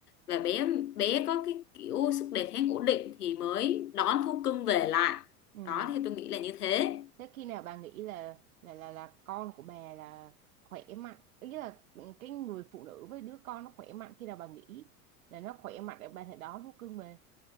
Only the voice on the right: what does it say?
ừ.
thế khi nào bà nghĩ là là là là con của bà là khỏe mạnh ý là cái người phụ nữ với đứa con nó khỏe mạnh khi nào bà nghĩ là nó khỏe mạnh để bà thể đón thú cưng về